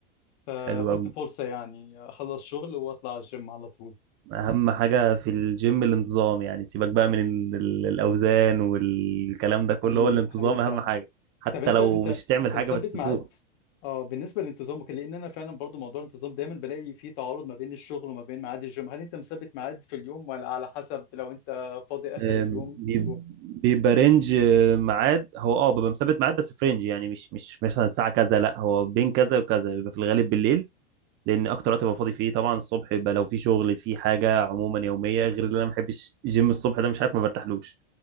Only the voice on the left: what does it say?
آه
قلت
فرصة يعني اخلص شغل واطلع على الجيم على طول
حقيقي
حقيقي فعلا
طب انت
انت
انت
مثبت
ميعاد اه بالنسبه للانتظام وكده لان انا فعلا برضو موضوع الانتظام دايما بلاقي فيه تعارض ما بين الشغل وما بين ميعاد الجيم هل انت مثبت ميعاد في اليوم ولا على حسب لو انت فاضي اخر
اليوم
تروح